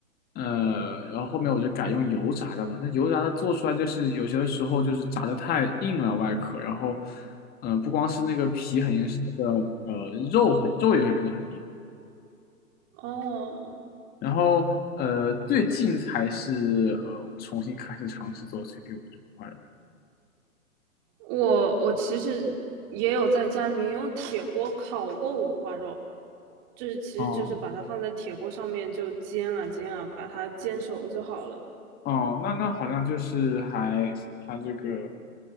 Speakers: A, on the left; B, on the right.
A: 呃，然后后面我就改用油炸的了。那油炸的做出来就是有些时候就是炸的太硬了外壳，然后，嗯、不光是那个皮很硬，是那个呃肉很肉也会变得很硬。
B: 哦
A: 然后呃，最近才是呃我重新开始尝试做 CPU 这块的。
B: 我我其实也有在家里面用铁锅烤过五花肉，就是其实就是把它放在铁锅上面就煎啊煎啊，
A: 哦
B: 把它煎熟就好了。
A: 哦，那那好像就是还还这个